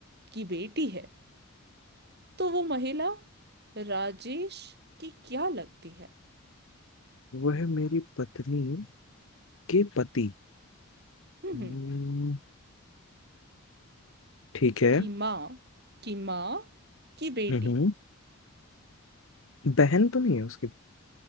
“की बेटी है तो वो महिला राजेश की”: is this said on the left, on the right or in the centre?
Right